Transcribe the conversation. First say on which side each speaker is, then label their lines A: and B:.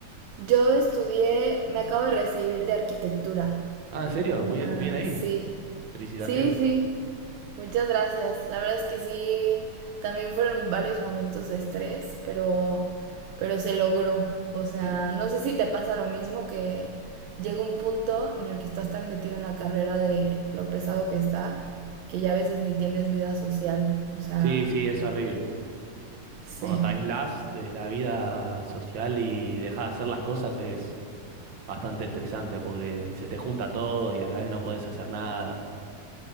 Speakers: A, on the right; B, on the right.
A: yo estudié, me acabo de recibir de arquitectura.
B: Ah, ¿en serio? Muy bien,
A: Ah,
B: bien ahí.
A: sí.
B: Felicitaciones.
A: Sí, sí. Muchas gracias. La verdad es que sí, también fueron varios momentos de estrés, pero, pero se logró. O sea,
B: Bien.
A: no sé si te pasa lo mismo que llega un punto en el que estás tan metido en la carrera de lo pesado que está, que ya a veces ni tienes vida social. O sea,
B: Sí, sí, es horrible.
A: sí,
B: Cuando te aislás de la vida social y dejás de hacer las cosas es bastante estresante porque se te junta todo y a la vez no podés hacer nada.